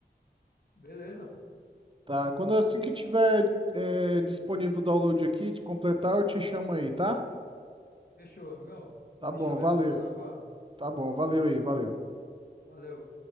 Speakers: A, on the left; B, on the right.
A: Beleza?
B: Tá, quando assim que tiver é, disponível o download aqui, de completar, eu te chamo aí, tá?
A: Fechou, amigão.
B: Tá
A: Me
B: bom,
A: chamei,
B: valeu.
A: eu vou estar no aguardo.
B: Tá bom, valeu aí, valeu.
A: Valeu.